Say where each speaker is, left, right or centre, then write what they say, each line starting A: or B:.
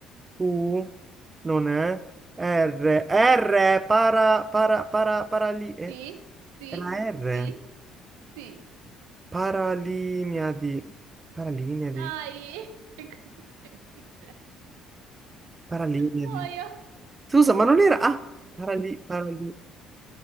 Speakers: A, on the right (about 25°); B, on the right (about 70°).
A: Q, non è. R, R, para, para, para, para lì. eh,
B: Sì, sì,
A: Era R.
B: sì, sì.
A: Paralimiadi. Paralimiadi.
B: Dai, <laughs> È così semplice.
A: Paralimiadi.
B: muoio.
A: Scusa, ma non era... Ah, parali... parali-